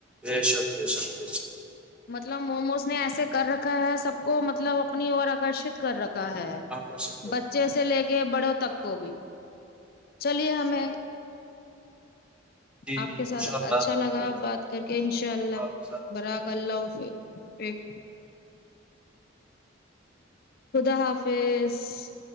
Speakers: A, in the centre; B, on the left.
A: دیشکشش
B: مطلب موموز نے ایسے کر رکھا ہے سب کو مطلب اپنی اور آکرشت کر رکھا ہے
A: آکرشت کر
B: بچے
A: رہے
B: سے لے کے بڑوں تک کو بھی چلیے ہمیں
A: ہیں۔ جی جی
B: آپ کے
A: ان
B: ساتھ
A: شاء اللہ
B: اچھا لگا
A: پھر
B: بات کر کے انشاء اللہ
A: آپ کے ساتھ
B: براک اللہ حف ایک خدا حافظ